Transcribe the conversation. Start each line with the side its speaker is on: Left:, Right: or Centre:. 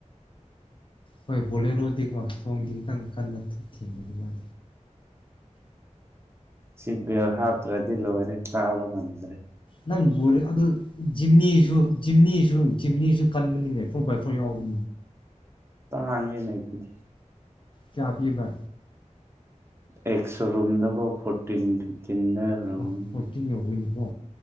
Left: ꯍꯣꯏꯕꯨꯣꯂꯔ ꯑꯣꯗꯤꯀꯣ ꯐꯣꯡ ꯈꯤꯇꯪ ꯀꯜꯂ ꯎꯝ
Right: ꯁꯤꯄꯣ ꯍꯥꯞꯇ꯭ꯔꯗꯤ ꯂꯣꯏꯔꯦ ꯀꯥꯕ ꯉꯝꯗ꯭ꯔꯦ
Left: ꯅꯪ ꯦ ꯑꯗꯨ ꯖꯤꯝꯅꯤꯁꯨ ꯖꯤꯝꯅꯤꯁꯨ ꯖꯤꯝꯅꯤꯁꯨ ꯀꯟꯕꯅꯤꯅꯦ ꯐꯣꯔ ꯕꯥꯏ ꯐꯣꯔ ꯌꯥꯎꯕ
Right: ꯇꯥꯡꯉꯦꯅꯦ ꯑꯗꯨꯗꯤ
Left: ꯆꯥꯄꯤꯕ
Right: ꯑꯦꯁꯣ ꯔꯨꯝ ꯗꯕ ꯐꯣꯔ ꯆꯗꯔ ꯔꯃꯟꯗ
Left: ꯑ ꯐꯣꯔꯇꯤꯟ ꯌꯧꯒꯅꯤꯀꯣ